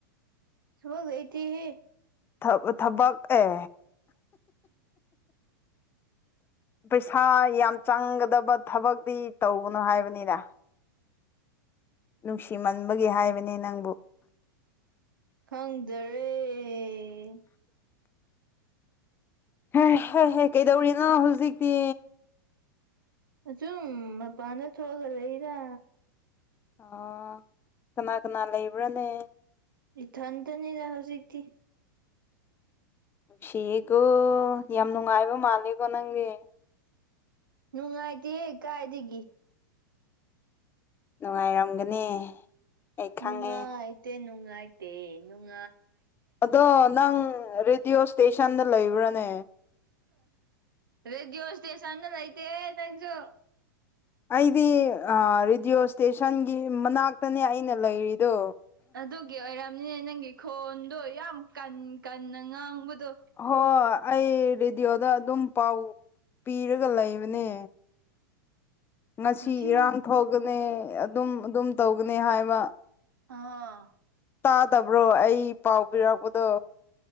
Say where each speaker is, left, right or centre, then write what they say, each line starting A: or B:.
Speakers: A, on the right; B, on the left.
A: <unintelligible>
B: ꯊꯕ ꯊꯕꯛ ꯑꯦ ꯄꯩꯁꯥ ꯌꯥꯝ ꯆꯪꯒꯗꯕ ꯊꯕꯛꯇꯤ ꯇꯧꯒꯅꯨ ꯍꯥꯏꯕꯅꯦꯗ ꯅꯨꯡꯁꯤꯃꯟꯕꯒꯤ ꯍꯥꯏꯕꯅꯦ ꯅꯪꯕꯨ
A: ꯈꯪꯗꯔꯦ
B: ꯍ ꯍꯦ ꯍꯦ ꯀꯩꯗꯧꯔꯤꯅꯣ ꯍꯧꯖꯤꯛꯇꯤ
A: ꯑꯁꯨꯝ ꯃꯄꯥꯟꯗ ꯊꯣꯛꯑꯒ ꯂꯩꯗ
B: ꯑꯣ ꯀꯅꯥ ꯀꯅꯥ ꯂꯩꯕ꯭ꯔꯥꯅꯦ
A: ꯏꯊꯟꯗꯅꯤꯗ ꯍꯧꯖꯤꯛꯇꯤ
B: ꯅꯨꯡꯁꯤꯌꯦꯀꯣ ꯌꯥꯝ ꯅꯨꯡꯉꯥꯏꯕ ꯃꯥꯂꯦꯀꯣ ꯅꯪꯗꯤ
A: ꯅꯨꯡꯉꯥꯏꯇꯦ ꯀꯥꯏꯗꯒꯤ
B: ꯅꯨꯡꯉꯥꯏꯔꯝꯒꯅꯤ ꯑꯩ ꯈꯪꯉꯦ
A: ꯅꯨꯡ ꯑꯥꯏꯇꯦ ꯅꯨꯡꯥꯏꯇꯦ ꯅꯨꯡ
B: ꯑꯗꯣ ꯅꯪ ꯔꯦꯗꯤꯌꯣ ꯏꯁꯇꯦꯁꯟꯗ ꯂꯩꯕ꯭ꯔꯥꯅꯦ
A: ꯔꯦꯗꯤꯑꯣ ꯏꯁꯇꯦꯁꯟꯗ ꯂꯩꯇꯦ ꯅꯪꯁꯨ
B: ꯑꯩꯗꯤ ꯔꯦꯗꯤꯑꯣ ꯏꯁꯇꯦꯁꯟꯒꯤ ꯃꯅꯥꯛꯇꯅꯦ ꯑꯩꯅ ꯂꯩꯔꯤꯗꯣ
A: ꯑꯗꯨꯒꯤ ꯑꯣꯏꯔꯝꯅꯤꯅꯦ ꯅꯪꯒꯤ ꯈꯣꯟꯗꯣ ꯌꯥꯝ ꯀꯟ ꯀꯟꯅ ꯉꯥꯡꯕꯗꯣ
B: ꯍꯣꯏ ꯑꯩ ꯔꯦꯗꯤꯑꯣꯗ ꯑꯗꯨꯝ ꯄꯥꯎ ꯄꯤꯔꯒ ꯂꯩꯕꯅꯦ ꯉꯁꯤ
A: ꯅꯨꯡꯊꯤꯃ
B: ꯏꯔꯥꯡ ꯊꯣꯛꯒꯅꯤ ꯑꯗꯨꯝ ꯑꯗꯨꯝ ꯇꯧꯒꯅꯤ ꯍꯥꯏꯕ
A: ꯑ
B: ꯇꯥꯗꯕ꯭ꯔꯣ ꯑꯩ ꯄꯥꯎ ꯄꯤꯔꯛꯄꯗꯣ